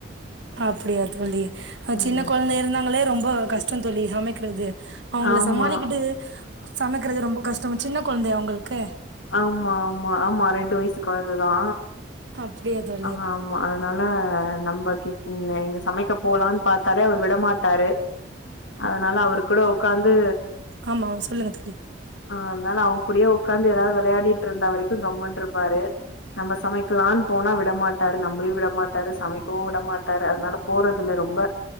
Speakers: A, on the right (about 65°); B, on the left (about 80°).
A: அப்டியா தோழி அ
B: ம்
A: சின்னக் கொழந்த இரந்தாங்களேப் ரொம்போ கஷ்டந்தோழி சமைக்கிறது அவங்கள
B: ஆமா
A: சமாளிகிட்டு சமைக்கிறது ரொம்போ கஷ்டோ சின்ன கொழந்தையா அவுங்குள்க்கு
B: ஆமா ஆமா ஆமா ரெண்டு வயசு கொழந்ததா
A: அப்டியா தோ
B: ஆ ஆமா அதனால நம்பகிட் இன்னே இங்க சமைக்கப் போலான் பாத்தாலே அவுர் விடமாட்டாரு அதனால அவுரு கூட உக்காந்து
A: ஆமாவு சொல்லுங்க தோழி
B: ஆ அத்னால அவுங் கூடியே வுக்காந்து எதாவ்து வெளையாடிட்ருந்தா வரைக்கு கம்முன்ட்ருப்பாரு நம்ப சமைக்லான் போனா விடமாட்டாரு நம்ளையு விடமாட்டாரு சமைக்கவு விடமாட் ட்டாரு அதனாலப் போறதுல்ல ரொம்ப